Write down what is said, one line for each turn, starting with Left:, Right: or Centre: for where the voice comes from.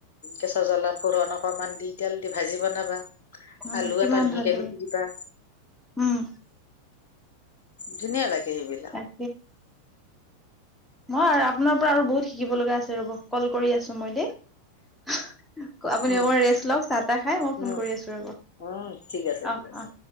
Left: কেঁচা জ্বলা কৰণ অকমান দি তেল দি ভাজি বনাবা।
Centre: উম
Left: আলু
Centre: কিমান
Left: এটা মিহিকে
Centre: ভাল লাগে
Left: গুটি দিবা।
Centre: উম।
Left: ধুনীয়া লাগে সেইবিল।
Centre: উম। মই আৰু আপোনাৰ পৰা আৰু বহুত শিকিব লগা আছে, ৰ'ব কল কৰি আছোঁ মই দেই। আপুনি
Left: উম
Centre: অকমান ৰেষ্ট লওঁক চাহ তাহ খাই, মই ফোন
Left: উম
Centre: কৰি আছোঁ ৰ'ব।
Left: উম ঠিক আছে,
Centre: অ
Left: ঠিক আছে।
Centre: অ